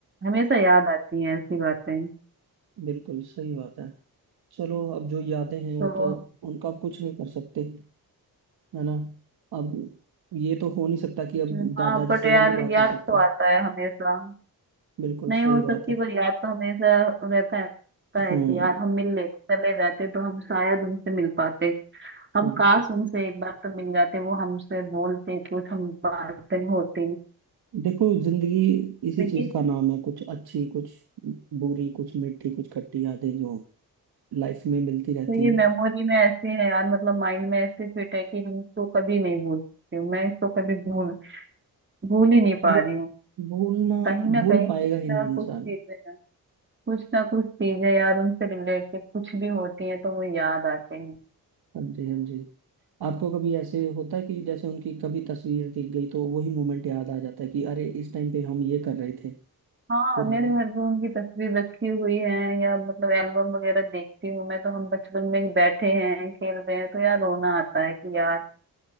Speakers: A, on the right (about 30°); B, on the right (about 80°).
A: हमेशा याद आती हैं ऐसी बातें
B: बिल्कुल सही बात है चलो अब जो यादें हैं वो
A: तो
B: तो उनका आप कुछ नहीं कर सकते है ना अब ये तो हो नहीं सकता कि अब
A: जो-
B: दादाजी
A: हाँ बट
B: से
A: यार
B: भी नहीं बात
A: याद
B: हो सकती
A: तो आता है हमेशा
B: बिल्कुल
A: नहीं
B: सही
A: हो
B: बात
A: सकती
B: है
A: पर याद तो हमेशा रहता है, रहता
B: हम्म
A: है कि यार हम मिल लेते चले जाते तो हम शायद उनसे मिल पाते हम
B: हाँ।
A: काश उनसे एक बार तो मिल जाते वो हमसे बोलते कुछ हम बातें होती
B: देखो जिंदगी इसी
A: तो
B: चीज
A: ये
B: का नाम है कुछ अच्छी कुछ बुरी कुछ मीठी कुछ खट्टी यादें जो लाइफ में मिलती रहती
A: तो ये
B: हैं
A: मेमोरी में ऐसे है यार मतलब माइंड में ऐसे फिट है कि हम इसको कभी नहीं भूल सकते मैं इसको कभी भूल भूल ही नहीं पा
B: भूल
A: रही हूँ
B: भूलना
A: कहीं ना
B: भूल
A: कहीं
B: पाएगा
A: कुछ
B: ही
A: ना
B: नहीं इंसान
A: कुछ चीजें हैं कुछ ना कुछ चीजें यार उनसे रिलेटेड कुछ भी होती हैं तो वो याद आते हैं
B: हाँ जी हाँ जी आपको कभी ऐसे होता है कि जैसे उनकी कभी तस्वीर दिख गई तो वही मोमेंट याद आ जाता है कि अरे इस टाइम पे हम ये कर रहे थे
A: हाँ
B: पुराने
A: मेरे घर पे उनकी तस्वीर रखी हुई है या मतलब एल्बम वगैरह देखती हूँ मैं तो हम बचपन में बैठे हैं खेल रहे हैं तो यार रोना आता है कि यार